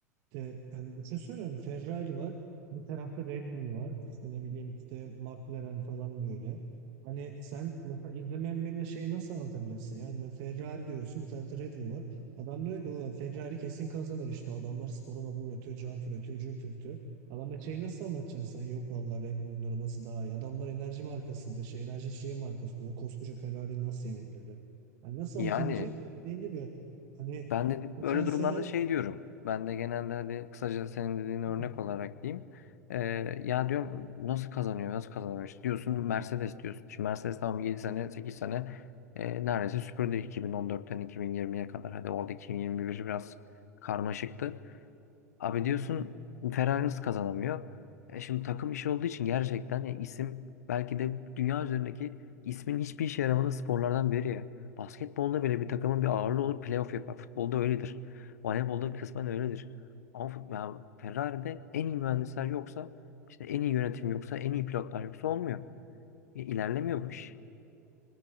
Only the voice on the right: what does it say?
İşte yani düşünsene hani Ferrari var. Bir tarafta Red Bull var. İşte ne bileyim işte McLaren falan böyle. Hani sen mesela izlemeyen birine şeyi nasıl anlatabilirsin? Yani Ferrari diyorsun bir tarafta Red Bull var. Adam diyor ki ulan Ferrari kesin kazanır işte. Adamlar sporun adını üretiyor, cart üretiyor, cürt üretiyor. Adama şeyi nasıl anlatacaksın sen? Yok vallahi Red Bull'un arabası daha iyi. Adamlar enerji markası da şey enerji içeceği markası diyor. Koskoca Ferrari nasıl yenebilirler? Hani nasıl
anlatabileceksin ki? Dediğin gibi hani
geçen
sene
<clears throat>
Hı